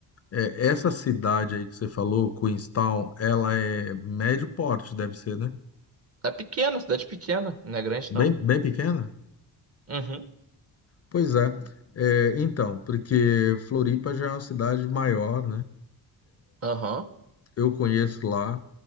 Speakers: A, on the left; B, on the right.
A: é, essa cidade aí que você falou, Queenstown, ela é médio porte, deve ser, né?
B: É pequena, cidade pequena, não é grande,
A: Bem,
B: não.
A: bem pequena?
B: Uhum,
A: Pois é. É, então, porque Floripa já é uma cidade maior, né?
B: aham,
A: Eu conheço lá,